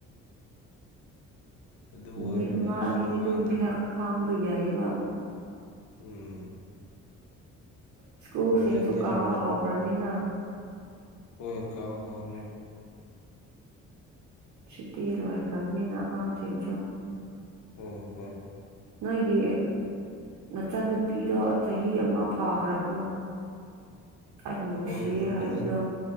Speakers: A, on the left; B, on the right.
A: ꯑꯗꯨ
B: ꯅꯨꯃꯤꯠ
A: ꯑꯣꯏꯕꯅꯤ
B: ꯑꯃ
A: ꯑꯁ
B: ꯑꯅꯤꯗꯤ
A: ꯅꯨꯡꯉꯥꯏꯇꯦ
B: ꯑꯗꯨꯝ ꯈꯥꯡꯕ ꯌꯥꯏꯑꯕ
A: ꯎꯝ
B: ꯏꯁꯀ꯭ꯔꯨꯁꯤꯡꯁꯨ
A: ꯍꯧꯖꯤꯛꯇꯤ
B: ꯀꯥꯕ
A: ꯔꯤꯒꯨ
B: ꯍꯧꯥꯎꯈ꯭ꯔꯅꯤꯅ
A: ꯍꯣꯏ ꯀꯥꯎ ꯍꯧꯔꯦ
B: ꯁꯨꯇꯤ ꯂꯣꯏꯈ꯭ꯔꯕꯅꯤꯅ ꯑꯉꯥꯡꯁꯤꯡꯁꯨ
A: ꯍ ꯍꯣ
B: ꯅꯣꯏꯒꯤ ꯅꯆꯥꯅꯨꯄꯤꯗꯣ ꯆꯍꯤ ꯑꯃ ꯐꯥꯈ꯭ꯔꯕ꯭ꯔꯣ ꯑꯩꯅ ꯅꯨꯡꯁꯤꯌꯦ
A: ꯍꯣꯏ
B: ꯍꯥꯏꯕꯗꯣ
A: ꯑꯅꯤ